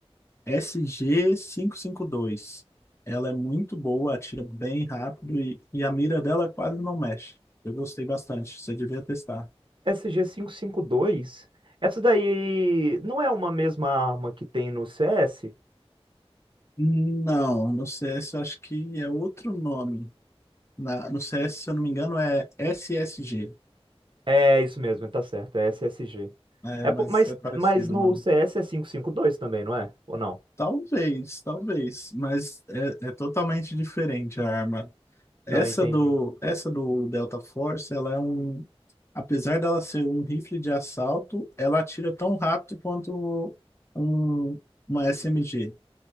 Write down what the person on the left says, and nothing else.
SG-552. Ela é muito boa, atira bem rápido e, e a mira dela quase não mexe. Eu gostei bastante, você devia testar.
Não, no CS eu acho que é outro nome. Na, no CS, se eu não me engano, é SSG,
né?
Mas
é parecido
o nome.
Talvez, talvez, mas é, é totalmente diferente a arma. Essa
do, essa do Delta Force, ela é um. Apesar dela ser um rifle de assalto, ela atira tão rápido quanto um, uma SMG,